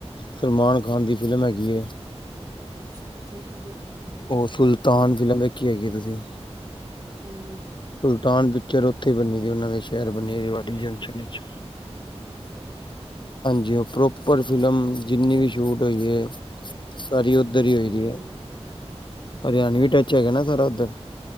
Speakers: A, on the left; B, on the right.
A: ਸਲਮਾਨ ਖਾਨ ਦੀ ਫਿਲਮ ਹੈਗੀ ਏ।
B: ਅੱਛਾ ਜੇ <unintelligible>
A: ਓ ਸੁਲਤਾਨ ਫਿਲਮ ਵੇਖੀ ਹੋਏਗੀ ਤੁਸੀਂ?
B: <unintelligible>
A: ਸੁਲਤਾਨ ਪਿੱਚਰ ਓਥੇ ਬਨੀ ਦੀ ਓਨਾ ਦੇ ਸੈ਼ਰ ਬਨੀ ਰੇਵਾੜੀ ਜੰਕਸ਼ਨ ਏਚ।
B: ਠੀਕ ਐ-ਠੀਕ ਐ।
A: ਜੀ ਓ ਪ੍ਰੋਪਰ ਫਿਲਮ ਜਿੰਨੀ ਵੀ ਸ਼ੂਟ ਹੋਈ ਏ, ਸਾਰੀ ਓਦਰ ਈ ਹੋਈਦੀ
B: ਹਮ
A: ਏ। ਹਰਿਆਨਵੀ ਟੱਚ ਹੈਗਾ ਨਾ ਸਾਰਾ ਓਦਰ।